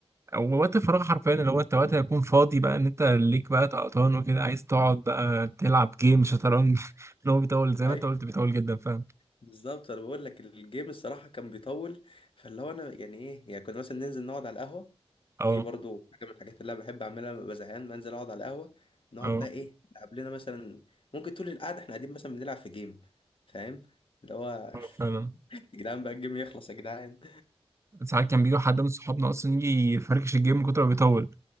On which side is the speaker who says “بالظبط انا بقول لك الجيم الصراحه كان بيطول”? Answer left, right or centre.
Left